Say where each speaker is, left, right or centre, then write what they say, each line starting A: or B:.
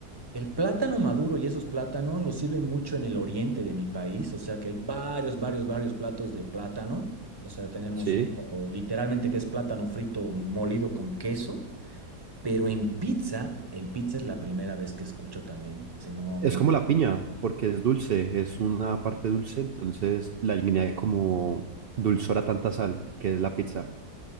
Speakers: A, on the right (about 15°); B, on the right (about 65°).
A: El plátano maduro y esos plátanos los sirven mucho en el oriente de mi país, o sea que hay varios, varios, varios platos de plátano. O sea, tenemos
B: Sí.
A: uno literalmente que es plátano frito molido con queso, pero en pizza, en pizza es la primera vez que escucho también. O sea, no,
B: Es
A: no.
B: como la piña, porque es dulce, es una parte dulce, entonces la añade como dulzor a tanta sal, que es la pizza.